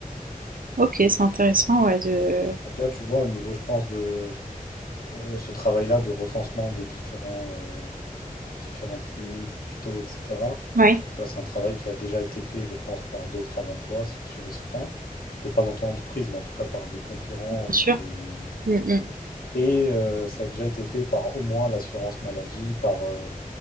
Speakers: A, on the right (about 70°); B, on the left (about 80°).
A: Ok, c'est intéressant, ouais, de.
B: Donc là, tu vois, au niveau, je pense, de, euh, ce travail-là de recensement des différents, euh, des différentes cliniques, hôpitaux, etc.
A: Ouais,
B: Tu vois, c'est un travail qui a déjà été fait, je pense, par d'autres avant toi, c'est sûr et certain. Peut-être pas dans ton entreprise, mais en tout cas par des concurrents
A: bien
B: ou
A: sûr.
B: des...
A: Mm, mm.
B: Et euh, ça a déjà été fait par au moins l'assurance maladie, par, euh,